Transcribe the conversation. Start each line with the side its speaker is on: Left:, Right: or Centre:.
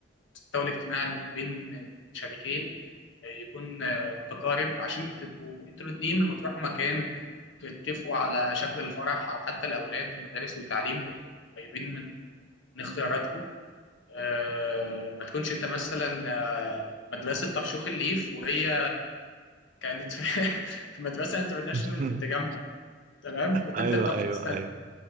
Left: المستوى الاجتماعي بين الشريكين آه، يكون آه، متقارب عشان تبقوا انتوا الاتنين لما تروحوا مكان تتفقوا على شكل الفرح او حتى الاولاد المدارس والتعليم تبقوا قريبين من من اختياراتكم آه، ما تكونش انت مثلا آه، مدرسة طرشوخ الليف وهي كانت في <laughs> في مدرسة انترناشونال
Right: <laughs>
Left: في التجمع تمام كنت
Right: ايوه
Left: انت بتاخد
Right: ايوه
Left: السند-
Right: ايوه